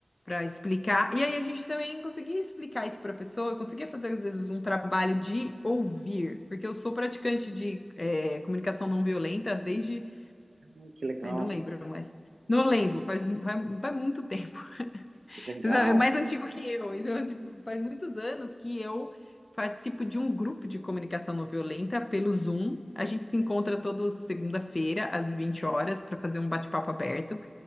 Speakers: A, on the left (about 45°); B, on the right (about 85°).
A: explicar. E aí a gente também conseguia explicar isso para a pessoa, eu conseguia fazer às vezes um trabalho de ouvir, porque eu sou praticante de eh, comunicação não violenta desde,
B: Ah, que legal,
A: ai, não lembro, mas não lembro, faz, faz, faz muito tempo. <laughs>
B: que legal.
A: Mas É é mais antigo que eu, então <laughs> tipo, faz muitos anos que eu Participo de um grupo de comunicação não violenta pelo Zoom. A gente se encontra toda segunda-feira, às 20 horas, para fazer um bate-papo aberto